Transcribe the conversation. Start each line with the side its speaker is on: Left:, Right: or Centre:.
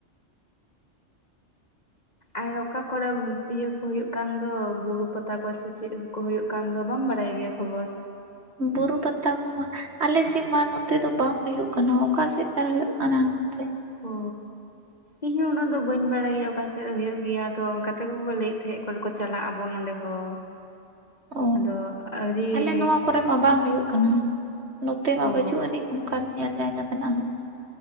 Left: ᱟᱨ ᱚᱠᱟ ᱠᱚᱲᱮᱢ ᱤᱭᱟᱹ ᱠᱚ ᱦᱩᱭᱩᱜ ᱠᱟᱱ ᱫᱚ ᱵᱩᱨᱩ ᱯᱟᱛᱟ ᱠᱚ ᱥᱮ ᱪᱮᱫ ᱦᱚᱸ ᱠᱚ ᱦᱩᱭᱩᱜ ᱠᱟᱱ ᱫᱚ ᱵᱟᱢ ᱵᱟᱲᱟᱭ ᱜᱮᱭᱟ ᱠᱷᱚᱵᱚᱨ᱾
Right: ᱵᱩᱨᱩ ᱯᱟᱛᱟ ᱠᱚᱢᱟ ᱟᱞᱮ ᱥᱮᱫ ᱢᱟ ᱱᱚᱛᱮ ᱫᱚ ᱵᱟᱝ ᱦᱩᱭᱩᱜ ᱠᱟᱱᱟ ᱚᱠᱟ ᱥᱮᱫ ᱛᱟᱨ ᱦᱩᱭᱩᱜ ᱠᱟᱱᱟ ᱚᱱᱛᱮ᱾
Left: ᱚ ᱤᱧ ᱦᱚᱸ ᱩᱱᱟᱹᱜ ᱫᱚ ᱵᱟᱹᱧ ᱵᱟᱲᱟᱭ ᱜᱮᱭᱟ ᱚᱠᱟ ᱥᱮᱫ ᱨᱮ ᱦᱳᱭᱩᱜ ᱜᱮᱭᱟ ᱟᱫᱚ ᱜᱟᱛ ᱜᱟᱛᱮ ᱠᱚᱠᱚ ᱞᱟᱹᱭᱮᱫ ᱛᱟᱦᱮᱸᱜ ᱠᱚ ᱞᱟᱹᱭ ᱛᱟᱦᱮᱸᱫ <unintelligible> ᱪᱟᱞᱟᱜ-ᱟ ᱵᱚᱱ ᱚᱸᱰᱮ ᱦᱚᱸ᱾
Right: ᱚ,
Left: ᱟᱫᱚ ᱟᱹᱣᱨᱤ
Right: ᱟᱞᱮ ᱱᱚᱣᱟ ᱠᱚᱨᱮ ᱢᱟ ᱵᱟᱝ ᱦᱩᱭᱩᱜ ᱠᱟᱱᱟ ᱱᱚᱛᱮ ᱢᱟ
Left: ᱚ
Right: ᱵᱟᱹᱪᱩᱜ ᱟᱹᱱᱤᱡ᱾ ᱚᱱᱠᱟᱱ ᱧᱮᱞ ᱡᱟᱭᱜᱟ ᱛᱮᱱᱟᱜ ᱦᱚᱸ᱾